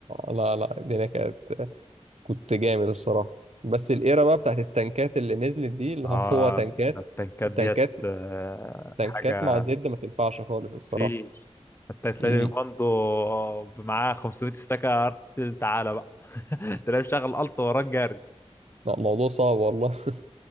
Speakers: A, on the right; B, on the left.
A: لا لا الدنيا كانت كنت جامد الصراحة بس الايرا بقى بتاعت التنكات اللي نزلت دي اللي
B: اه
A: <laughs> هو تنكات
B: ده التنكات
A: وتنكات
B: ديت آه،
A: تنكات
B: حاجة
A: مع زد ما تنفعش خالص الصراحة
B: فيش حتى تلاقي
A: امم
B: ماندو معاه 500 استاكة ارت ستيل تعالى بقى <laughs> تلاقيه مشغل الت وراك جري
A: لا موضوع صعب والله <laughs>